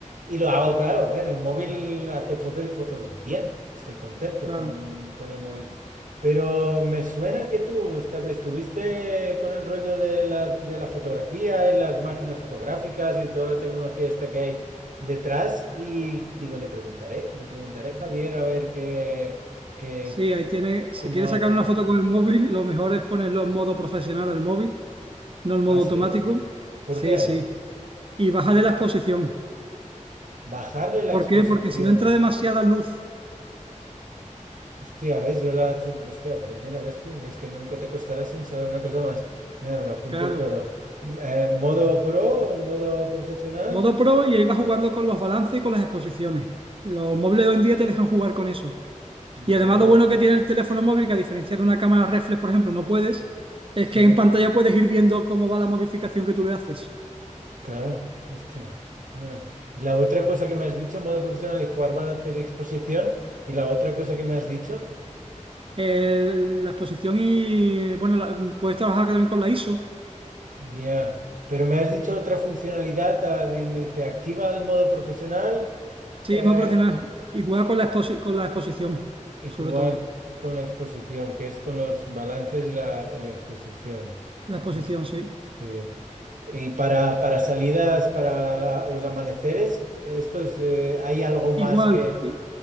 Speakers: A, on the right; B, on the right.
A: Y lo hago, claro, a ver, el móvil hace fotos y fotos bien, estoy contento
B: Claro.
A: con, con el móvil. Pero me suena que tú esta- estuviste con el rollo de la, de la fotografía y las máquinas fotográficas y toda la tecnología esta que hay detrás y digo, le preguntaré, le preguntaré a Javier a ver qué, qué,
B: Sí, ahí tiene,
A: cómo
B: si quieres sacar
A: hace.
B: una foto con el móvil, lo mejor es ponerlo en modo profesional al móvil, no en modo
A: Ah, sí,
B: automático.
A: ¿eh? ¿Por
B: Sí,
A: qué?
B: sí. Y bajarle la exposición.
A: Bajarle la
B: ¿Por
A: exposición.
B: qué? Porque si no entra demasiada luz,
A: Hostia, ¿ves? Yo la... Hostia, pues mira, ¿ves tú? Es que nunca te costará sin saber una cosa más. Mira, me lo apunto
B: claro.
A: y todo. Eh, ¿modo pro? ¿Modo profesional?
B: Modo pro y ahí vas jugando con los balances y con las exposiciones. Los móviles de hoy en día te dejan jugar con eso. Y
A: Vale,
B: además lo bueno que tiene el teléfono móvil, que a diferencia de una cámara reflex, por ejemplo, no puedes, es
A: sí,
B: que en pantalla puedes ir viendo cómo va la modificación que tú le haces.
A: claro. Hostia. Bueno, Y la otra cosa que me has dicho, modo profesional y jugar balances y exposición. Y la otra cosa que me has dicho.
B: El- la exposición y, bueno, la- puedes trabajar también con la ISO.
A: Ya, Pero me has dicho otra funcionalidad, ah, di- me dice activa el modo profesional
B: Sí,
A: eh,
B: modo profesional. Y juega
A: y,
B: con la exposi- con la exposición,
A: y
B: sobre
A: jugar
B: todo.
A: con la exposición, que es con los balances de la, en la exposición.
B: La exposición,
A: Es-
B: sí.
A: sí. Y para, para salidas, para los amaneceres, esto es, eh, hay algo
B: Igual,
A: más que
B: i-